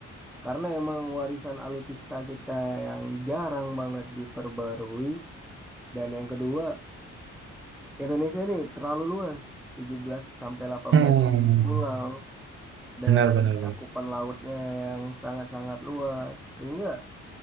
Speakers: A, in the centre; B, on the right.
A: karena emang warisan alutsista kita yang jarang banget diperbarui, dan yang kedua Indonesia ini terlalu luas, tujuh belas sampai delapan
B: Hmm,
A: belas ribu pulau dan
B: benar benar benar.
A: cakupan lautnya yang sangat-sangat luas. Sehingga